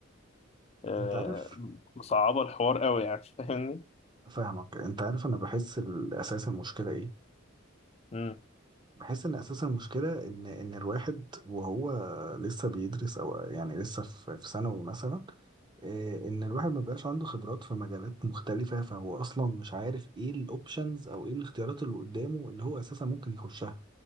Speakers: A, on the left; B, on the right.
A: آه،
B: انت عارف
A: مصعبة الحوار قوي يعني <laughs> فاهمني
B: فاهمك انت عارف انا بحس الاساس المشكلة ايه
A: امم
B: بحس ان اساس المشكله ان ان الواحد وهو لسه بيدرس او يعني لسه في في ثانوي مثلا إيه، ان الواحد ما بقاش عنده خبرات في مجالات مختلفه فهو اصلا مش عارف ايه الاوبشنز او ايه الاختيارات اللي قدامه اللي هو اساسا ممكن يخشها